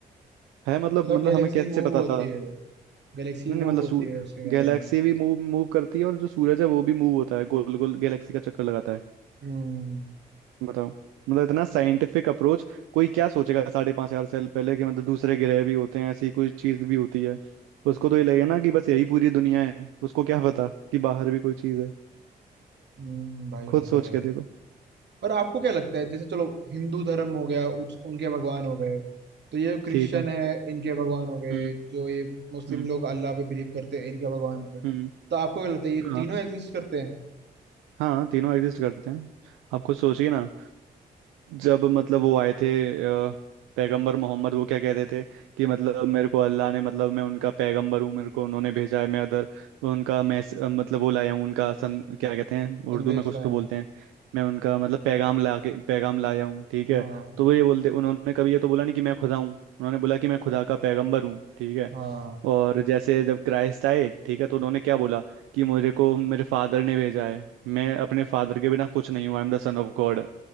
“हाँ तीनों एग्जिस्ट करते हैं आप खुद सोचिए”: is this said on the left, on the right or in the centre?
Right